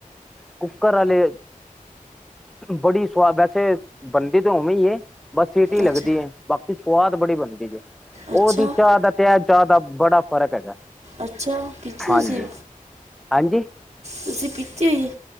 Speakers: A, in the centre; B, on the right (about 50°).
A: ਕੂਕਰ ਆਲੇ। ਬੜੀ ਸੁਵਾਦ ਵੈਸੇ, ਬਨਦੀ ਤੇ ਉਵੇਂ ਈ ਏ, ਬਸ ਸੀਟੀ ਲੱਗਦੀ
B: ਅੱਛਾ
A: ਏ। ਬਾਕੀ ਸਵਾਦ ਬੜੀ ਬਣਦੀ ਜੇ। ਉਹਦੀ
B: ਅੱਛਾ
A: ਚਾਹ ਦਾ ਤੇ ਐ ਚਾਹ ਦਾ ਬੜਾ ਫ਼ਰਕ ਹੈਗਾ।
B: ਅੱਛਾ ਪੀਤੀ
A: ਹਾਂਜੀ,
B: ਤੁਸੀਂ
A: ਹਾਂਜੀ?
B: ਤੁਸੀਂ ਪੀਤੀ ਹੋਈ ਏ?